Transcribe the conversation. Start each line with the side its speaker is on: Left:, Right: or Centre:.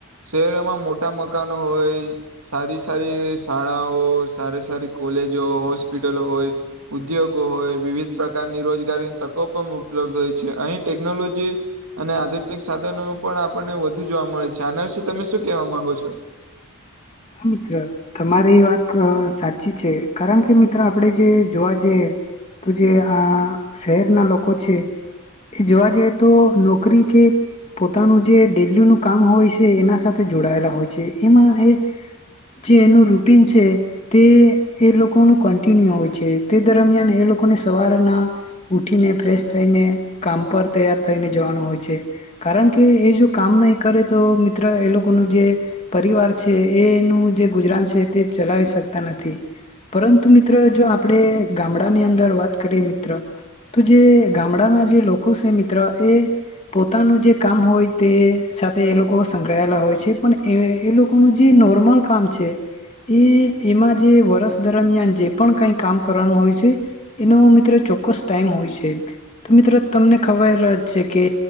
Right: શહેરોમાં મોટા મકાનો હોય સારી સારી શાળાઓ સારી સારી કોલેજો હોસ્પિટલો હોય ઉદ્યોગો હોય વિવિધ પ્રકારની રોજગારીની તકો પણ ઉપલબ્ધ હોય છે અહીં ટેકનોલોજી અને આધુનિક સાધનો પણ આપણને વધુ જોવા મળે છે. છાના વિશે તમે શું કેવા માંગો છો?
Left: હા મિત્ર તમારી એ વાત સાચી છે કારણ કે મિત્ર આપડે જે જોવા જઈએ તો જે આ શહેર ના લોકો છે એ જોવા જઈ તો નોકરી કે પોતાનું જે ડેલીનું કામ હોય છે એના સાથે જોડાયેલા હોય છે. એમાં એ જે એનું રૂટીન છે તે એ લોકોનું કન્ટિન્યુ હોય છે તે દરમિયાન એ લોકોને સવારના ઉઠીને ફ્રેશ થઈને કામ પર તૈયાર થઈને જવાનું હોય છે કારણ કે એ જો કામ નહી કરે તો મિત્ર એ લોકોનું જે પરિવાર છે એનું જે ગુજરાન છે તે ચલાવી શકતા નથી પરંતુ મિત્ર જો આપણેે ગામડાની અંદર વાત કરીએ મિત્ર તો જે ગામડાના જે લોકો છે મિત્ર એ પોતાનું જે કામ હોય તે સાથે એ લોકો સંકળાયેલા હોય છે પણ એ એ લોકોનું જે નોર્મલ કામ છે એ એમાં જે વરષ દરમિયાન જે પણ કઈ કામ કરવાનું હોય છે એનો મિત્રો ચોક્કસ ટાઈમ હોય છે તો મિત્રો તમને ખબર જ છે કે